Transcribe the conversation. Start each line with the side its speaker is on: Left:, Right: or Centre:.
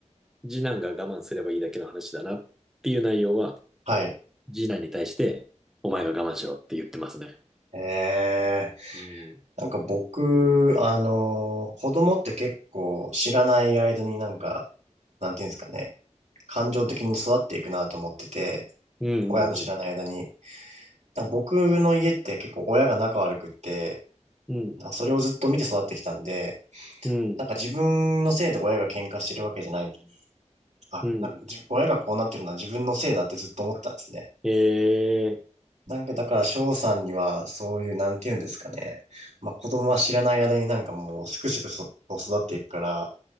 Centre: う、次男が我慢すればいいだけの話だなっていう内容は、
Right: はい。
Centre: 次男に対して、お前が我慢しろって言ってますね。
Right: えー、
Centre: うん。
Right: なんか僕、あのー子供って結構知らない間になんか、なんていうんですかね、感情的に育っていくなと思ってて、
Centre: うんうん
Right: 親の知らない間に。なんか僕の家って結構親が仲悪くって、
Centre: うん。
Right: なんかそれをずっと見て育ってきたんで、
Centre: うん。うん。
Right: なんか自分のせいで親が喧嘩してるわけじゃないのに、あ、
Centre: うん。
Right: なんか自親がこうなってるのは自分のせいだってずっと思ってたんですね。
Centre: え
Right: なんかだから翔さんにはそういうなんて言うんですかね。まあ子供は知らない間になんかもうすくすくそと育っていくから、